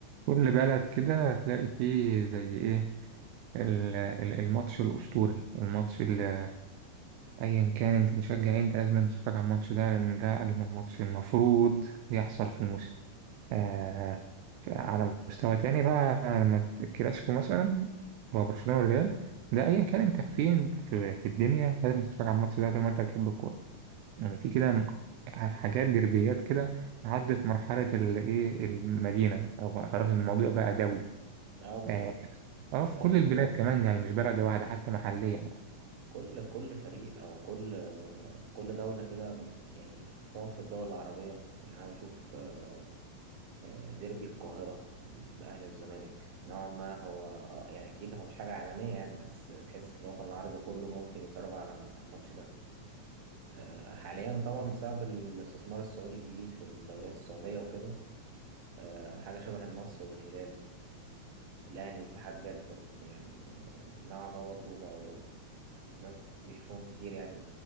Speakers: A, on the right; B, on the right.
A: كل بلد كده هتلاقي فيه زي ايه ال- ال- الماتش الأسطوري الماتش اللي أيا كان انت بتشجع ايه انت لازم تتفرج على الماتش ده لأن ده أجمل ماتش المفروض يحصل في الموسم آه ف- على مستوى تاني بقى لما ت- الكلاسيكو مثلا هو برشلونة والريال ده أيا كان انت فين في, في الدنيا لازم تتفرج على الماتش ده طول ما انت بتحب الكورة يعني في كده م- حاجات دربيات كده عدت مرحلة الإيه المدينة أو خلاص الموضوع بقى دولي
B: اه بالظبط
A: آه، اه
B: زي
A: في كل البلاد كمان يعني مش بلد واحدة حتى محليا يعني
B: كل كل فريق او كل كل دولة كده يعني خصوصا في الدول العربية يعني انا بشوف آه، ديربي القاهرة الاهلي والزمالك نوعا ما هو آه، يعني اكيد هو مش حاجة عالمية يعني بس تحس في الوطن العربي كله ممكن يتفرج على الماتش ده آه، حاليا طبعا بسبب الاستثمار السعودي الجديد في الدوريات السعودية وكده آه، حاجة شبه النصر والهلال الاهلي واتحاد جدة يعني نوعا ما برضه بقوا الناس بيشوفوهم كتير يعني